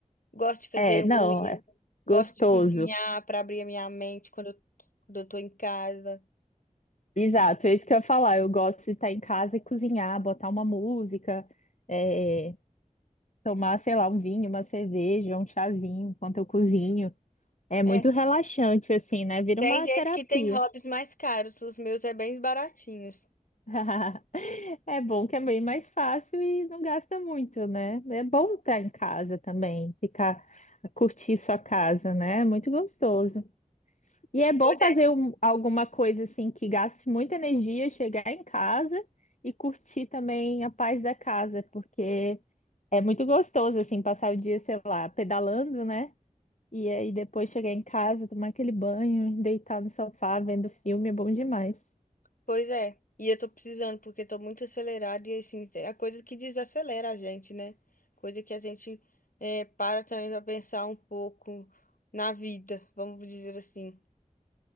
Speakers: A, on the left; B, on the left.
A: Gosto de fazer
B: É, É, não,
A: unha,
B: é
A: gosto
B: gostoso.
A: de cozinhar para abrir a minha mente quando eu, quando eu tô em casa.
B: Exato, é isso que eu ia falar. Eu gosto de estar em casa e cozinhar, botar uma música, é, tomar, sei lá, um vinho, uma cerveja, um chazinho enquanto eu cozinho. É muito
A: É,
B: relaxante, assim, né? Vira
A: Tem
B: uma
A: gente
B: terapia.
A: que tem hobbies mais caros, os meus é bem baratinhos.
B: <laughs> É bom que é bem mais fácil e não gasta muito, né? É bom estar em casa também, ficar, curtir sua casa, né? É muito gostoso. E é bom
A: Pois
B: fazer
A: é.
B: um- alguma coisa assim que gaste muita energia, chegar em casa e curtir também a paz da casa, porque é muito gostoso assim passar o dia, sei lá, pedalando, né? E aí depois chegar em casa, tomar aquele banho, deitar no sofá vendo filme é bom demais.
A: Pois é. E eu tô precisando, porque tô muito acelerada e assim, é coisa que desacelera a gente, né? Coisa que a gente é, para também pra pensar um pouco na vida, vamos dizer assim.